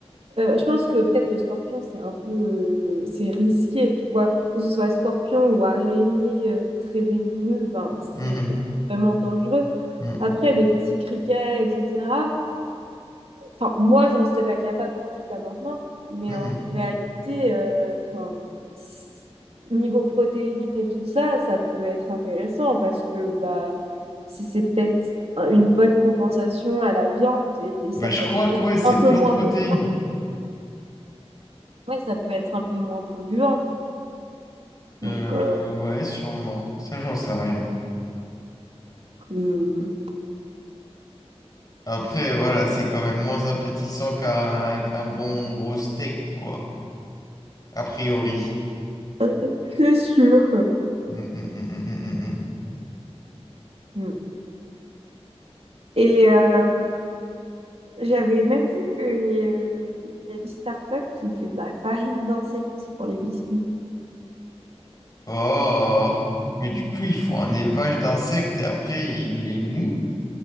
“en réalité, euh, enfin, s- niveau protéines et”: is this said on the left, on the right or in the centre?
Right